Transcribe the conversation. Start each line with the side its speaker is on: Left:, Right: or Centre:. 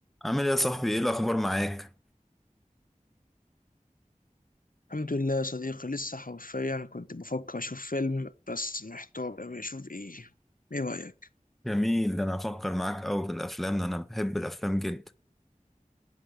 Centre: عامل ايه يا صاحبي ايه الاخبار معاك
Left: الحمد لله يا صديقي لسه حرفيا كنت بفكر اشوف فيلم بس محتار قوي اشوف ايه ايه رايك
Centre: جميل ده انا هفكر معاك قوي في الافلام ده انا بحب الافلام جدا